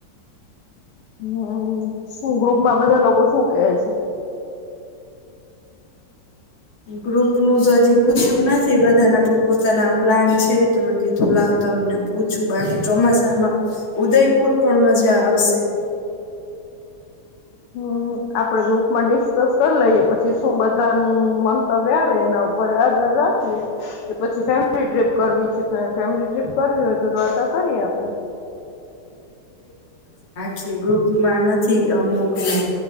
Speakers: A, on the left; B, on the left.
A: હમ્મ શું ગ્રુપમાં બધા લોકો શું કે છે <inaudible>
B: ગ્રુપ નું તો હજી પૂછ્યું નથી બધા ના પોત પો તાના પ્લાન છે તો મે કી ધું લાવ તમને પૂછું બાકી ચોમાસામાં ઉદયપુર પણ મજા આવશે.
A: હમ્મ આપડે ગ્રુપમાં ડિસ્કસ કર લઈએ પછી શું બધા નું મંતવ્ ય આવે એના ઉપર આધર રાખી કે પછી ફેમિલી ટ્રીપ કરવી છે ફેમિલી ટ્રીપ કરવી હોય તો દ્વારકા કરીએ આપડે.
B: ખેડૂપ મારના થી અમુકને